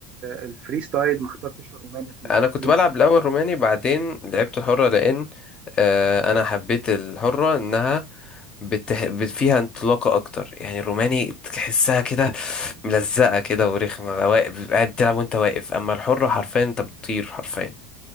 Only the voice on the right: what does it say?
آه، الفري ستايل ما اخترتش الروماني في التقليد
ده